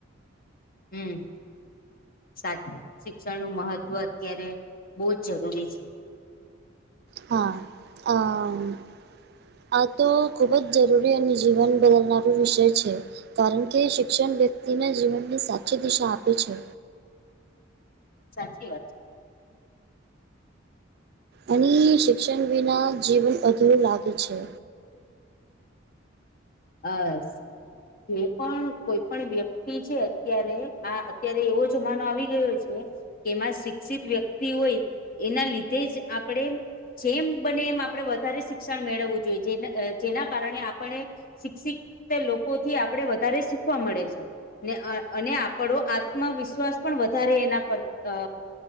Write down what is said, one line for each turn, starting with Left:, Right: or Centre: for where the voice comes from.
Left: હમ. સાચું શિક્ષણ નું મહત્વ અત્યારે બહુ જ જરૂરી છે.
Right: હા અમ આ તો ખૂબ જ જરૂરી અને જીવન બદલનારો વિષય છે. કારણ કે શિક્ષણ વ્યક્તિના જીવનની સાચી દિશા આપે છે.
Left: સાચી વાત.
Right: અને શિક્ષણ વિના જીવન અધુંરું લાગે છે.
Left: અસ કોઈ પણ કોઈ પણ વ્યક્તિ છે અત્યારે આ અત્યારે એવો જમાનો આવી ગયો છે. તેમાં શિક્ષિત વ્યક્તિ હોય એના લીધે જ આપડે જેમ બને એમ આપડે વધારે શિક્ષણ મેળવવું જોઈએ જેના જેના કારણે આપણે શિક્ષિત લોકો થી આપડે વધારે શીખવા મળે છે. ને અને આપડો આત્મવિશ્વાસ પણ વધારે એના પર અ